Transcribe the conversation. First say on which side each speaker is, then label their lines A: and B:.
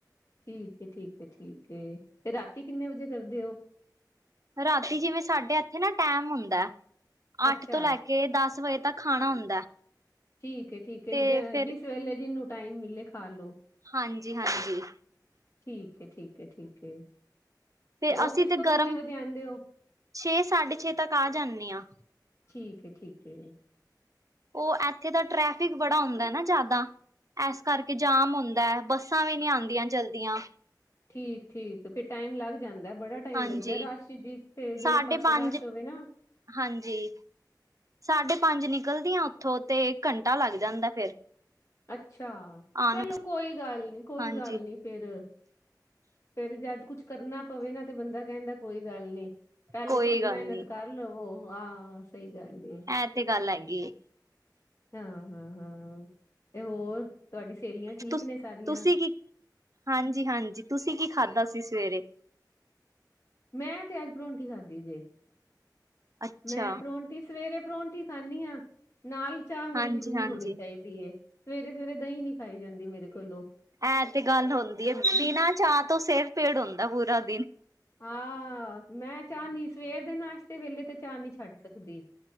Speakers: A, on the left; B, on the right.
A: ਠੀਕ ਏ, ਠੀਕ ਏ, ਠੀਕ ਏ, ਤੇ ਰਾਤੀ ਕਿੰਨੇ ਵਜੇ ਕਰਦੇ ਓ?
B: ਰਾਤੀ ਜਿਵੇਂ ਸਾਡੇ ਏਥੇ ਨਾ ਟੈਮ ਹੁੰਦਾ,
A: ਅੱਛਾ
B: ਅੱਠ ਤੋ ਲੈ ਕੇ ਕੇ ਦੱਸ ਵਜੇ ਤੱਕ ਖਾਣਾ ਹੁੰਦਾ।
A: ਠੀਕ ਏ, ਠੀਕ ਏ,
B: ਤੇ
A: ਜ
B: ਫਿਰ
A: ਜਿਸ ਵੇਲੇ ਜਿਹਨੂੰ ਟਾਈਮ ਮਿਲੇ ਖਾ ਲੋ।
B: ਹਾਂਜੀ ਹਾਂਜੀ
A: ਠੀਕ ਏ, ਠੀਕ ਏ, ਠੀਕ ਏ।
B: ਫੇਰ
A: ਔਫਿਸ
B: ਅਸੀ ਤੇ
A: ਤੋਂ
B: ਗਰਮ,
A: ਕਿੰਨੇ ਵਜੇ ਆਂਦੇ ਓ?
B: ਛੇ ਸਾਢੇ ਛੇ ਤੱਕ ਆ ਜਾਨੀ ਆਂ।
A: ਠੀਕ ਏ, ਠੀਕ ਏ।
B: ਓਹ ਏਥੇ ਦਾ ਟਰੈਫਿਕ ਬੜਾ ਹੁੰਦਾ ਨਾ ਜਿਆਦਾ। ਏਸ ਕਰਕੇ ਜਾਮ ਹੁੰਦਾ, ਬੱਸਾਂ ਵੀ ਨੀ ਆਂਦੀਆਂ ਜਾਂਦੀਆਂ।
A: ਠੀਕ, ਠੀਕ ਫੇਰ ਟਾਈਮ ਲੱਗ ਜਾਂਦਾ ਬੜਾ। ਟਾਈਮ
B: ਹਾਂਜੀ
A: ਲੱਗਦੈ ਰਸ਼ ਚ, ਤੇ ਜਿਹੜੇ
B: ਸਾਢੇ
A: ਪਾਸੇ
B: ਪੰਜ
A: ਰਸ਼ ਹੋਵੇ ਨਾ
B: ਹਾਂਜੀ, ਸਾਢੇ ਪੰਜ ਨਿਕਲਦੀ ਆਂ ਓੱਥੋਂ, ਤੇ ਘੰਟਾ ਲੱਗ ਜਾਂਦੈ ਫੇਰ।
A: ਅੱਛਾ,
B: ਆਉਣ
A: ਚਲੋ ਕੋਈ ਗੱਲ ਨੀ,
B: ਵਾਸਤੇ।
A: ਕੋਈ
B: ਹਾਂਜੀ
A: ਗੱਲ ਨੀ। ਫੇਰ, ਫੇਰ ਜੱਦ ਕੁੱਛ ਕਰਨਾ ਪਵੇ ਨਾ, ਤੇ ਬੰਦਾ ਕਹਿੰਦਾ ਕੋਈ ਗੱਲ ਨੀ। ਪਹਿਲੇ
B: ਕੋਈ
A: ਥੋੜੀ
B: ਗੱਲ
A: ਮਿਹਨਤ
B: ਨੀ
A: ਕਰ ਲਵੋ, ਆ ਸਈ ਗੱਲ ਏ।
B: ਇਹ ਤੇ ਗੱਲ ਹੈਗੀ ਏ।
A: ਹਾਂ, ਹਾਂ, ਹਾਂ, ਤੇ ਹੋਰ ਤੁਹਾਡੀ ਸਹੇਲੀਆਂ ਠੀਕ
B: ਤੁਸ
A: ਨੇ ਸਾਰੀਆਂ
B: ਤੁਸੀਂ ਕੀ ਹਾਂਜੀ, ਹਾਂਜੀ ਤੁਸੀ ਕੀ ਖਾਦਾ ਸੀ ਸਵੇਰੇ?
A: ਮੈਂ ਤੇ ਅੱਜ ਪਰੌਂਠੀ ਖਾਦੀ ਜੇ,
B: ਅੱਛਾ
A: ਮੈਂ ਪਰੌਂ ਵੀ ਸਵੇਰੇ ਪਰੌਂਠੀ ਖਾਂਨੀ ਆਂ, ਨਾਲ ਚਾਹ ਮੇਰੀ
B: ਹਾਂਜੀ
A: ਜ਼ਰੂਰ
B: ਹਾਂਜੀ
A: ਹੋਨੀ ਚਾਹੀਦੀ। <unintelligible> ਸਵੇਰੇ-ਸਵੇਰੇ ਦਈ ਨੀ ਖਾਈ ਜਾਂਦੀ ਮੇਰੇ ਕੋਲੋ <unintelligible>
B: ਇਹ ਤੇ ਗੱਲ ਹੋਂਦੀ ਏ, ਬਿਨਾ ਚਾਹ ਤੋਂ ਸਿਰ ਪੀੜ ਹੁੰਦਾ ਪੂਰਾ ਦਿਨ
A: ਆ, ਮੈਂ ਚਾਹ ਨੀ ਸਵੇਰ ਦੇ ਨਾਸ਼ਤੇ ਵੇਲੇ, ਤੇ ਚਾਹ ਨੀ ਛੱਡ ਸਕਦੀ।